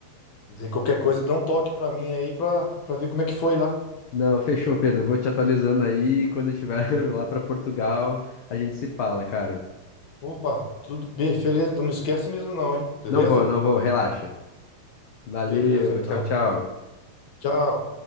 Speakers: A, on the left; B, on the left.
A: Dizer, Qualquer coisa, dá um toque pra mim aí pra, pra ver como é que foi lá.
B: <laughs> Não, fechou, Pedro. Vou te atualizando aí. Quando eu estiver <laughs> lá pra Portugal, a gente se fala, cara.
A: Opa, tudo bem, beleza? Então não esquece mesmo não, hein? Beleza?
B: Não vou, não vou, relaxa. Valeu,
A: Beleza, então.
B: tchau, tchau.
A: Tchau.